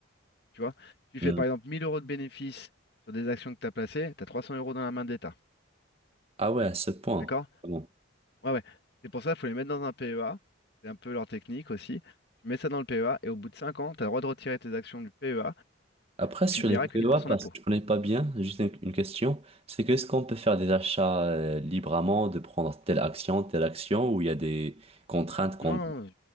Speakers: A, on the left; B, on the right.
A: Tu vois, si tu fais
B: mm.
A: par exemple 1000 euros de bénéfices sur des actions que tu as placées, tu as 300 euros dans la main de l'État.
B: Ah ouais, à ce point.
A: D'accord?
B: Bon.
A: Ouais, ouais. C'est pour ça qu'il faut les mettre dans un PEA. C'est un peu leur technique aussi. Tu mets ça dans le PEA et au bout de 5 ans, tu as le droit de retirer tes actions du PEA
B: Après,
A: et
B: sur
A: tu ne payeras
B: les PEA,
A: que 10%
B: parce
A: d'impôt.
B: que je connais pas bien, juste une, une question, c'est que est-ce qu'on peut faire des achats euh, librement, de prendre telle action, telle action, ou il y a des contraintes qu'on...
A: Non, non,